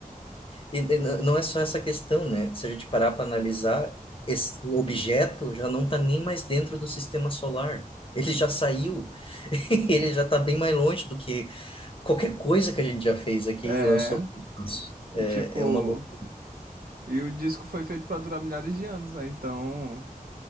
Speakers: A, on the left (about 35°); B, on the right (about 80°).
A: E e n- não é só essa questão, né? Se a gente parar para analisar, esse objeto já não está nem mais dentro do sistema solar. Ele já saiu, <laughs> ele já está bem mais longe do que qualquer coisa que a gente já fez aqui
B: É,
A: e lançou para espaço.
B: e
A: É,
B: tipo.
A: é uma loucura.
B: E o disco foi feito pra durar milhares de anos, né? Então,